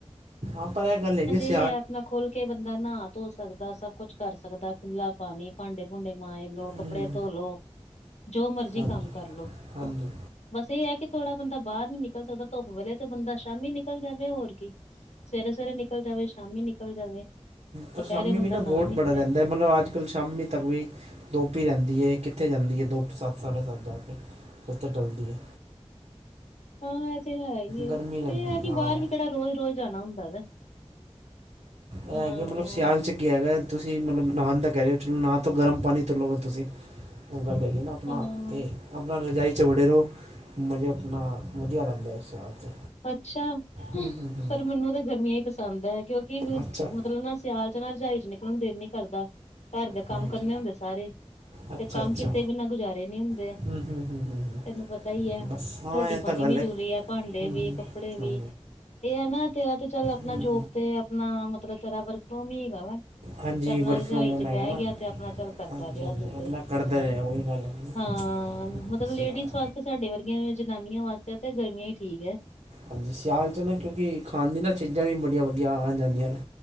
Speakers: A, on the right; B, on the left.
A: ਆਪਣਾ ਕੱਲ੍ਹ ਲੇਗੀ ਸੀ।
B: ਤੇ ਆਪਣਾ ਖੁਲ ਕੇ ਬੰਦਾ ਨਾ ਧੋ ਸਕਦਾ ਸਭ ਕੁਛ ਕਰ ਸਕਦਾ ਖੁੱਲਾ ਪਾਣੀ ਭਾਂਡੇ ਭੂੰਡੇ ਮਾਂਝ ਲੋ
A: ਹੂੰ
B: ਕੱਪੜੇ ਧੋ ਲੋ ਜੋ ਮਰਜ਼ੀ
A: ਹਾਂਜੀ
B: ਕੰਮ ਕਰਲੋ।
A: ਹਾਂਜੀ
B: ਬਸ ਏ ਆ ਕਿ ਥੋੜ੍ਹਾ ਬੰਦਾ ਬਾਹਰ ਨੀ ਨਿਕਲ ਸਕਦਾ ਧੁੱਪ ਵੇਲੇ ਤੇ ਬੰਦਾ ਸ਼ਾਮੀ ਨਿਕਲ ਜਾਵੇ ਹੋਰ ਕੀ ਸਵੇਰੇ -ਸਵੇਰੇ ਨਿਕਲ ਜਾਵੇ, ਸ਼ਾਮੀ ਨਿਕਲ ਜਾਵੇ
A: ਪਰ
B: ਦੁਪਹਿਰੇ
A: ਸ਼ਾਮੀ
B: ਬੰਦਾ
A: ਵੀ ਨਾ ਗੋਟ
B: ਨਿਕਲੇ
A: ਬੜਾ ਰੇਂਦਾ ਮਤਲਬ ਅੱਜ -ਕੱਲ੍ਹ ਸ਼ਾਮੀ ਤੱਕ ਵੀ ਧੁੱਪ ਈ ਰੇਂਦੀ ਐ ਕਿੱਥੇ ਜਾਂਦੀ ਐ ਧੁੱਪ ਸੱਤ ਸਾਢੇ ਸੱਤ ਜਾ ਕੇ ਕਿੱਥੇ ਡਲਦੀ ਆ।
B: <inaudible> ਹਾਂ ਏ ਤੇ ਹੈਈ ਏ,
A: ਗਰਮੀ
B: ਪਰ
A: ਰਹਿੰਦੀ
B: ਏ ਐ ਕੇਂ
A: ਹਾਂ
B: ਬਾਰ ਵੀ ਕੇੜਾ ਰੋਜ਼ -ਰੋਜ਼ ਜਾਨਾ ਹੁੰਦਾ ਵਾ <inaudible>
A: ਐ
B: ਹਾਂ
A: ਹੈ ਕੇ ਮਤਲਬ ਸਿਆਲ ਚ ਕੀ ਹੈਗਾ ਤੁਸੀਂ ਮਤਲਬ ਨਹਾਨ ਦਾ ਕੈ ਰਏ ਓ ਚਲੋ ਨਹਾ ਤੋ ਗਰਮ ਪਾਨੀ ਤੋਂ ਲਓ ਤੁਸੀਂ ਓ ਗੱਲ ਹੈਗੀ ਐ ਨਾ। ਆਪਨਾ
B: ਹਾਂ
A: ਤੇ ਆਪਨਾ ਰਜਾਈ ਚ ਵੜੇ ਰਓ, ਮਜ਼ੇ ਆਪਨਾ ਵਦੀਆ ਰੈਂਦਾ ਐ ਸਿਆਲ ਚ।
B: ਅੱਛਾ,
A: ਹੂੰ ਹੂੰ ਹੂੰ
B: ਪਰ ਮੈਨੂੰ ਤਾਂ ਗਰਮੀਆਂ ਈ ਪਸੰਦ ਐ ਕਿਓਂਕਿ
A: ਅੱਛਾ
B: ਮਤਲਬ ਨਾ ਸਿਆਲ ਚ ਨਾ ਰਜਾਈ ਚ ਨਿਕਲਨ ਨੂੰ ਦਿਲ ਨੀ ਕਰਦਾ, ਘਰ ਦਾ ਕੰਮ
A: ਹਾਂਜੀ
B: ਕਰਨੇ ਹੁੰਦੇ ਸਾਰੇ
A: ਅੱਛਾ
B: ਤੇ ਕੰਮ
A: ਅੱਛਾ
B: ਕੀਤੇ ਬਿਨਾਂ ਗੁਜਾਰੇ ਨੀ ਹੁੰਦੇ।
A: ਹੂੰ ਹੂੰ ਹੂੰ ਹੂੰ ਹੂੰ।
B: ਤੈਨੂੰ ਪਤਾ ਈ ਐ
A: ਬਸ ਹਾਂ
B: ਰੋਟੀ
A: ਇਹ
B: ਪਾਨੀ
A: ਤਾਂ ਗੱਲ
B: ਵੀ
A: ਹੈ
B: ਜ਼ਰੂਰੀ ਐ ਭਾਂਡੇ
A: ਹੂੰ
B: ਵੀ
A: ਹੂੰ
B: ਕੱਪੜੇ ਵੀ,
A: ਹੂੰ
B: ਏ ਐ ਨਾ ਤੇਰਾ ਤੇ ਚੱਲ ਆਪਨਾ
A: ਹੂੰ।
B: ਜੋਬ ਤੇ ਆਪਨਾ ਮਤਲਬ ਤੇਰਾ ਵਰਕ ਓਮੀਂ ਹੈਗਾ ਵਾ ਤੇ
A: ਹਾਂਜੀ
B: ਆਪਨਾ
A: ਵਰਕ
B: ਰਜਾਈ
A: ਫਰੋਮ ਹੋਮ
B: ਚ
A: ਹੈਗਾ
B: ਬੈ
A: ਨਾ
B: ਗੇਆ ਤੇ ਆਪਨਾ ਚੱਲ ਕਰਦਾ
A: ਹਾਂਜੀ
B: ਰਿਆ
A: ਹਾਂਜੀ
B: ਤੂੰ ਤੇ
A: ਆਪਣਾ ਕਰਦੇ
B: ਮਤਲਬ
A: ਰਹੇ ਉਹੀ ਗੱਲ ਹੈਗੀ ਨਾ
B: ਹਾਂ ਮਤਲਬ ਲੇਡੀਜ਼
A: ਸਿਆਲ
B: ਵਾਸਤੇ ਸਾਡੇ ਵਰਗੀਆਂ ਜਨਾਨੀਆਂ ਵਾਸਤੇ ਤੇ ਗਰਮੀਆਂ ਈ ਠੀਕ ਐ।
A: ਹਾਂਜੀ ਸਿਆਲ ਚ ਨਾ ਕਿਓਂਕਿ ਖਾਨ ਦੀ ਨਾ ਵੀ ਚੀਜ਼ਾਂ ਬੜੀਆਂ ਵਦੀਆ ਆ ਜਾਂਦੀਆਂ ਨੇ।